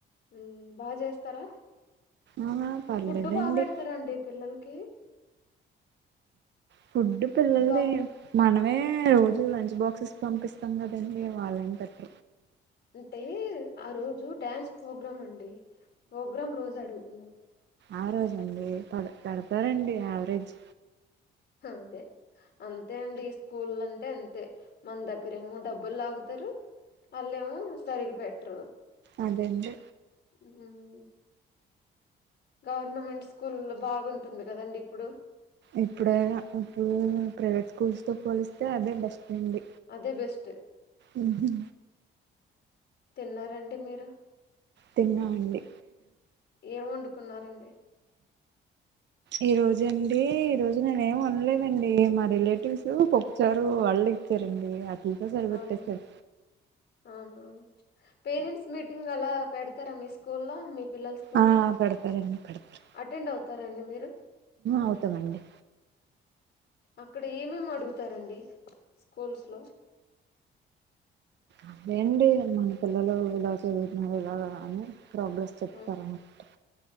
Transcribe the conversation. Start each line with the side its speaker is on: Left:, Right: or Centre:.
Left: ఉమ్ బా జేస్తారా
Right: ఆ పర్లేదండి
Left: ఫుడ్ బా పెడతారండి పిల్లలకి
Right: ఫుడ్ పిల్లలది
Left: బాగా పెడత
Right: మనమే రోజు లంచ్ బాక్ క్సూస్ పంపిస్తాం కదండి వాళ్ళ ఇంతటి
Left: అంటే ఆ రోజు డ్యాన్స్ ప్రోగ్రాం అండి ప్రోగ్రాం రోజు అడుగుతున్నా
Right: ఆ రోజండి పద పెడతారండి యావరేజ్
Left: అదే అంతే అండి ఈ స్కూల్ అంటే అంతే మన దగ్గరేమో డబ్బులు లాగుతారు వాళ్ళేమో సరిగి పెట్టరు
Right: అదేంనా డి
Left: హుమ్మ్ హూ గవర్నమెంట్ స్కూల్ల్లో బాగుంటుంది కదండి ఇప్పుడు
Right: ఇప్పుడ ఇప్పుడు ప్రైవేట్ స్కూల్స్ తో పోలిస్తే అదే బెస్ట్అండి
Left: అదే బెస్ట్
Right: ఉహ
Left: తిన్నారండి మీరు
Right: తిన్నామండి
Left: ఏం వండుకున్నారండి
Right: ఈ రోజండి ఈ రోజు నేనే ఏమి ఉనలేదండి మా రిలేటివ్స్ పప్పుచారు వాళ్ళు ఇచ్చారండి వాటిలతో సరిపెట్టేసారు
Left: అవును అవును పేరెంట్స్ మీటింగ్ అలా పెడతారా మీ స్కూల్లో మీ పిల్లల స్కూల్లో
Right: ఆ పెడతారండి పెడతారు
Left: అటెండ్ అవుతారాండి మీరు
Right: అవుతామండి
Left: అక్కడ ఏమేమి అడుగుతారండి స్కూల్స్ లో
Right: అదేండి మన పిల్లలు ఇలా చదువుతున్నారు ఇలాగా అని ప్రాబ్స్ చెప్తార
Left: ఆ,
Right: అన్నట్